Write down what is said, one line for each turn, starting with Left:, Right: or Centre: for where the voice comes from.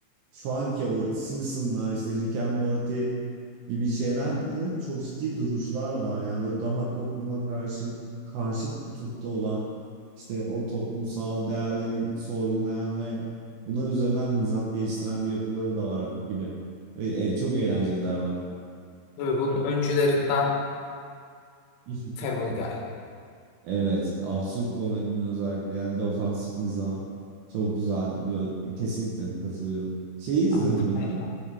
Right: şu anki o Simpsonlar işte Rick and Morty gibi şeylerde de çok ciddi duruşlar var. Yani böyle daha topluma karşı karşıt kutupta olan işte o toplumsal değerleri sorgulayan ve bunlar üzerinden mizah geliştiren bir yapıları da var gibi. Ve, e, çok eğlenceliler bence.
Left: Tabii bunun öncülerinden
Right: <laughs>
Left: Family Guy.
Right: Evet, absürt komedinin özellikle yani defansif mizah çok güzel. Yo, Kesinlikle katılıyorum. Şeyi izledim
Left: Ya muhteşem.
Right: mi?